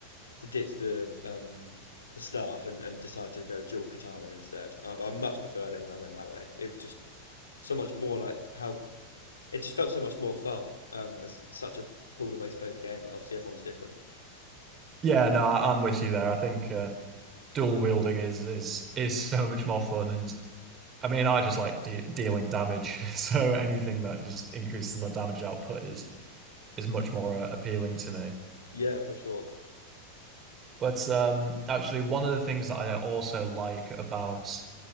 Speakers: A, on the left (about 75°); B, on the right (about 25°).
A: to ditch the um the staff and and decide to go dual katana instead. Um, I much preferred it when I went that way. It was just so much more like how it just felt so much more fun. Um, it's such a cooler way to play the game, but obviously everyone's different.
B: Yeah, no, I- I'm with you there. I think uh, dual wielding is is is so much more fun, and I mean, I just like de dealing damage, <laughs> so anything that just increases my damage output is is much more uh, appealing to me.
A: Yeah, for sure.
B: But um, actually, one of the things that I also like about